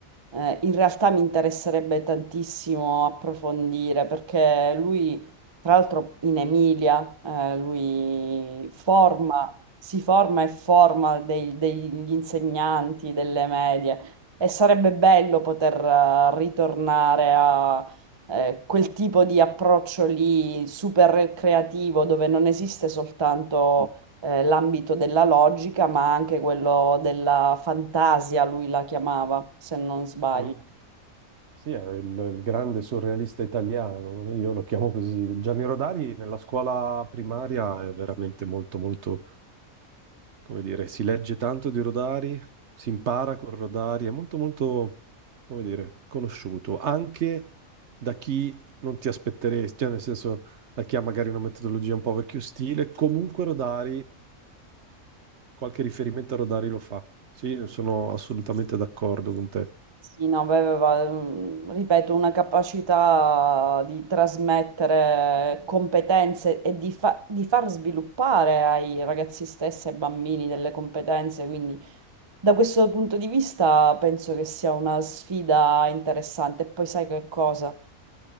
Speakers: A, on the right; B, on the right.
A: eh, in realtà mi interesserebbe tantissimo approfondire perché lui, tra l'altro in Emilia, eh, lui forma,
B: Sì.
A: si forma e forma dei- degli insegnanti delle medie e sarebbe bello poter eh, ritornare eh, quel tipo di approccio lì super creativo dove non esiste soltanto eh, l'ambito della logica, ma anche quello della fantasia, lui la chiamava, se non sbaglio.
B: Mm. Sì, è il grande surrealista italiano, io lo chiamo così. Gianni Rodari nella scuola primaria è veramente molto, molto, come dire, si legge tanto di Rodari, si impara con Rodari, è molto, molto, come dire, conosciuto, anche da chi non ti aspetteresti, cioè nel senso da chi ha magari una metodologia un po' vecchio stile, comunque Rodari, qualche riferimento a Rodari lo fa. Sì, sono assolutamente d'accordo con te,
A: Sì, no, aveva, mm, ripeto, una capacità di trasmettere competenze e di, fa- di far sviluppare ai ragazzi stessi e ai bambini delle competenze, quindi Da questo punto di vista penso che sia una sfida interessante. E Poi sai che cosa?